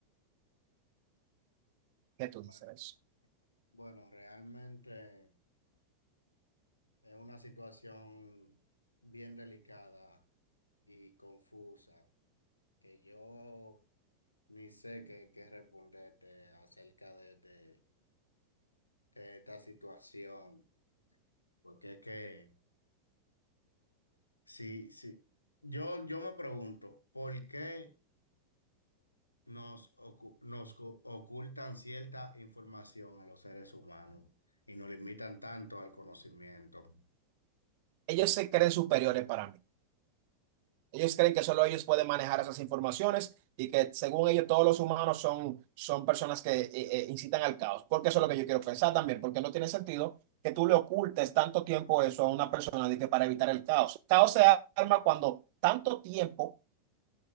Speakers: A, on the right (about 45°); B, on the left (about 80°).
A: ¿Qué tú dices
B: bueno,
A: de eso?
B: bueno, realmente es una situación bien delicada y confusa que yo ni sé qué, qué responderte acerca de, de de esta situación. Porque es que, sí, sí. Yo, yo me pregunto, ¿por qué nos, ocu- nos co- ocultan cierta información a los seres humanos y nos limitan tanto al conocimiento?
A: Ellos
B: Eh,
A: se creen superiores para mí. Ellos creen que solo ellos pueden manejar esas informaciones y que según ellos todos los humanos son, son personas que eh, eh, incitan al caos. Porque eso es lo que yo quiero pensar también, porque no tiene sentido que tú le ocultes tanto tiempo eso a una persona de que para evitar el caos. Caos se arma cuando tanto tiempo